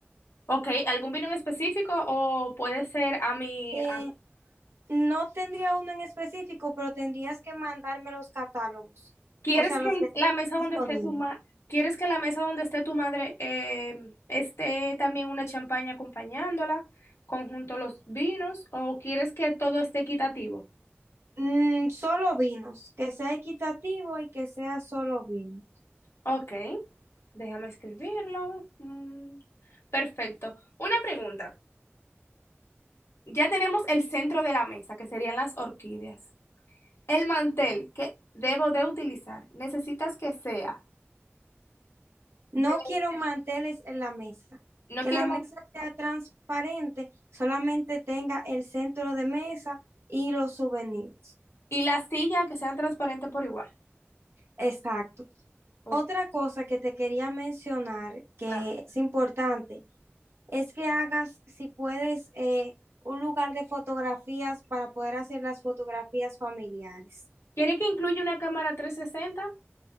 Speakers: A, on the left (about 70°); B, on the right (about 65°).
A: Ok, ¿algún vino en específico o puede ser a mi,
B: Eh, no tendría uno en específico, pero tendrías que mandarme los catálogos,
A: ¿Quieres
B: o sea,
A: que
B: los
A: el-
B: que
A: la mesa
B: tienes disponibles.
A: donde esté tu ma- ¿Quieres que la mesa donde esté tu madre eh, esté también una champaña acompañándola, conjunto los vinos, o quieres que todo esté equitativo?
B: Mm, solo vinos, que sea equitativo y que sea solo vino.
A: Ok, déjame escribirlo. Mm, perfecto. Una pregunta. Ya tenemos el centro de la mesa, que serían las orquídeas. El mantel que debo de utilizar, necesitas que sea
B: No
A: de-
B: quiero manteles en la mesa,
A: no
B: que
A: quiere
B: la
A: man-
B: mesa sea transparente, solamente tenga el centro de mesa y los souvenirs.
A: y la silla que sean transparentes por igual.
B: Exacto.
A: Oh,
B: Otra cosa que te quería mencionar que
A: claro.
B: es importante es que hagas, si puedes, eh, un lugar de fotografías para poder hacer las fotografías familiares.
A: ¿Quiere que incluya una cámara 360?